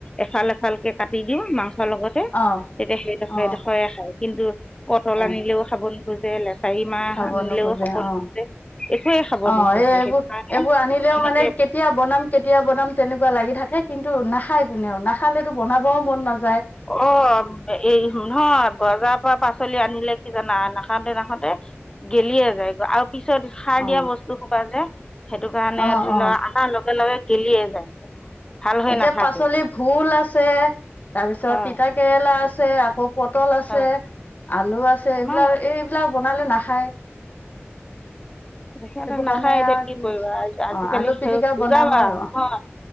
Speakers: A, on the left; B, on the left.
A: এচাল, এচালকে কাটি দিওঁ মাংস- লগতে
B: অ
A: তেতিয়া সেইডোখৰ,
B: অ
A: সেইডোখৰে খায় কিন্তু পটল
B: অ
A: আনিলেও খাব নোখোজে লেচ- চাৰি মাহ
B: খাব
A: আনিলেও
B: নোখোজে
A: খা'ব
B: অ
A: নোখোজে। একোৱে খাব
B: অ'
A: নোখোজে
B: এই এইবোৰ,
A: সেইটো কাৰণে
B: এইবোৰ আনিলেও
A: সেনেকে
B: মানে কেতিয়া বনাম, কেতিয়া বনাম তেনেকুৱা লাগি থাকে কিন্- তু নাখায় কোনেও, নাখালেতো বনাবও মন নাযা-
A: অ' এই নহয় বজাৰৰ পৰা পাচ- চলি আনিলে কি জানা? নাখাওঁতে-নাখাওঁতে গেলিয়ে যায় আৰু পিছত সাৰ
B: অ
A: দিয়া বস্তুহুপা যে! সেইটো কাৰণে
B: অ
A: ধৰি
B: অ
A: লও আনাৰ লগে-লগে গেলিয়ে যায়। ভাল হৈ
B: এতিয়া
A: নাথাকে
B: পাচলি ভোল আছে তাৰপিছত
A: হয়
B: তিতা কেৰেলা আছে আকৌ পটল আছে,
A: হয়
B: আলু আছে
A: আমাৰো
B: এইবিলাক,
A: আছে
B: এইবিলাক বনালে নাখায়
A: সিহঁতে
B: সেইটো কাৰণে
A: নাখায় এতিয়া
B: আৰু
A: কি কৰিবা? আজিকালি
B: অ আলু পিটিকা
A: সেই বুজাবা
B: বনাম আৰু
A: নহয়।